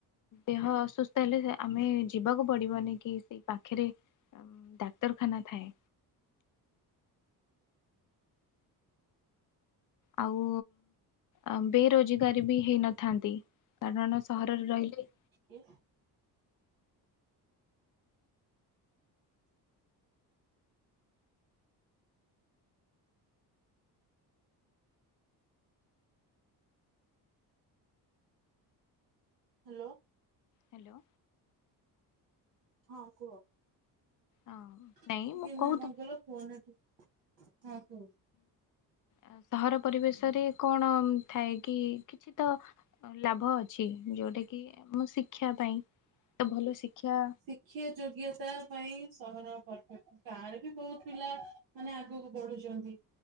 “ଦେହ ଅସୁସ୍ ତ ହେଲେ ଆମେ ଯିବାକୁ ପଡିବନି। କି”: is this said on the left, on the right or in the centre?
Left